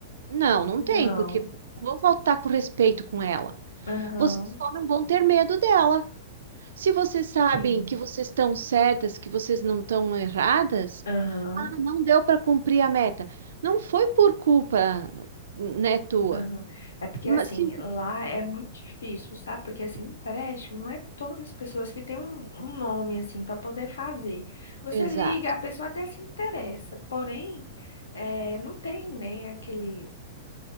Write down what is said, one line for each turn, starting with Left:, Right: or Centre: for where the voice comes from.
Right: Não, não
Left: Não,
Right: tem, porque não vão faltar com respeito com ela.
Left: aham,
Right: Vocês só não vão ter medo dela. Se vocês sabem
Left: sim,
Right: que vocês estão certas, que vocês não estão erradas,
Left: aham.
Right: ah, não deu para cumprir a meta. Não foi por culpa, né, tua.
Left: Aham. É porque
Right: Mas
Left: assim,
Right: sim,
Left: lá é muito difícil, sabe? Porque assim, empréstimo não é todas as pessoas que têm um, um nome assim para poder fazer. Você
Right: exato.
Left: liga, a pessoa até se interessa, porém, eh, não tem nem aquele